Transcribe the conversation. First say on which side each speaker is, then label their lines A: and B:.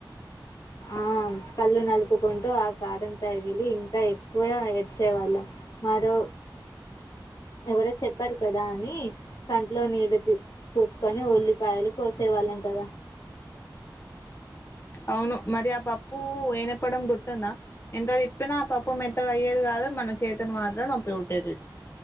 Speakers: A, on the left; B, on the left.
A: ఆ కళ్ళు నలుపుకుంటూ ఆ కారం తగిలి ఇంకా ఎక్కువ ఎడ్చేవాళ్ళం మరో ఎవరో చెప్పారు కదా అని కంట్లో నీళ్ళు పూసుకొని ఉల్లిపాయలు కోసే వాళ్ళం కద
B: అవును మరి ఆ పప్పు ఎనప్పడం గుర్తుందా ఎంత తిప్పినా ఆ పప్పు మెత్తగా అయ్యేది కాదు మ న చేతులు మాత్రం నొప్పిపూట్టేది